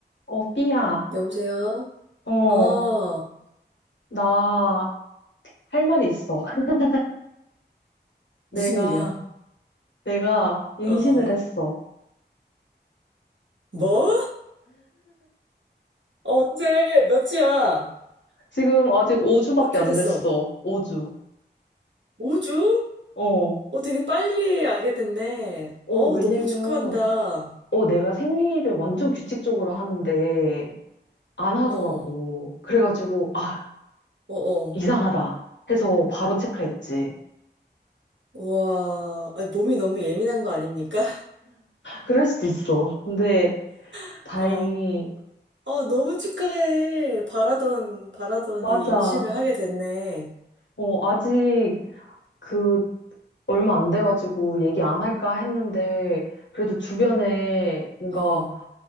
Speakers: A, on the left (about 85°); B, on the right (about 85°).
A: 어, 삐야.
B: 여보세요?
A: 어,
B: 어, 어,
A: 나 할 말이 있어. <laughs> 내가,
B: 무슨 일이야?
A: 내가 임신을
B: 어,
A: 했어.
B: 뭐? 어, 언제? 몇 주야?
A: 지금 아직 5주밖에
B: 몇 주
A: 안
B: 됐어?
A: 됐어. 5주.
B: 5주?
A: 어,
B: 어, 되게 빨리 알게 됐네.
A: 어,
B: 어,
A: 왜냐면,
B: 너무 축하한다.
A: 어, 내가 생리를 완전 규칙적으로 하는데 안 하더라고.
B: 어, 어,
A: 그래가지고, 아,
B: 어.
A: 이상하다. 해서 바로 체크했지.
B: 와, 아니, 몸이 너무 예민한 거 아닙니까?
A: 그럴 수도 있어. 근데
B: <laughs>
A: 다행히,
B: 어, 어, 너무 축하해. 바라던, 바라더니
A: 맞아.
B: 임신을 하게 됐네.
A: 어, 아직 그 얼마 안 돼가지고 얘기 안 할까 했는데, 그래도 주변에 뭔가
B: 어,